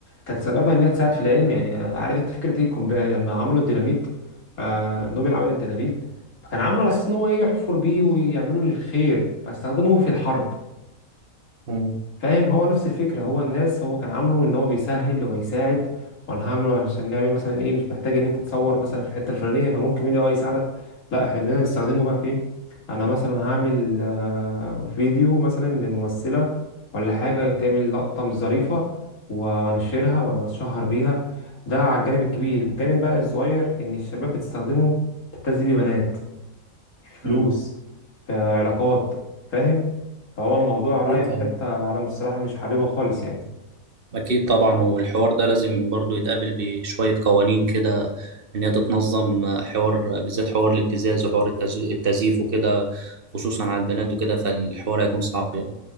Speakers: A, on the left; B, on the right.
A: كان سببها ان هي تساعد في العلم يعني عارف انت فكره ايه كومب- لما عملوا الديناميت آه نوبل عمل الديناميت فكان عامله على اساس ان هو ايه يحفر بيه ويعملوا الخير فاستخدموه في الحرب
B: مم.
A: فاهم هو نفس الفكرة هو الناس هو كان عامله ان هو بيسهل ويساعد وانا هعمله عشان نعمل مثلا ايه مش محتاج ان انت تصور مثلا في الحتة الفلانية فممكن الاي اي يساعدك لا احنا بدنا نستخدمه بقى في ايه انا مثلا هعمل آه، فيديو مثلا لممثلة ولا حاجة تعمل لقطة مش ظريفة و- وانشرها واتشهر بيها ده على الجانب الكبير الجانب بقى الصغير ان الشباب بتستخدمه تبتزي بيه بنات فلوس
B: مم.
A: في علاقات فاهم فهو الموضوع
B: أكيد
A: رايح في
B: طبعا
A: حتة أنا بصراحة مش حاببها خالص يعني
B: أكيد طبعا والحوار ده لازم برضو يتقابل بشوية قوانين كده إن هي تتنظم حوار بالذات حوار الابتزاز وحوار التز- التزييف وكده خصوصا على البنات وكده فالحوار هيكون صعب يعني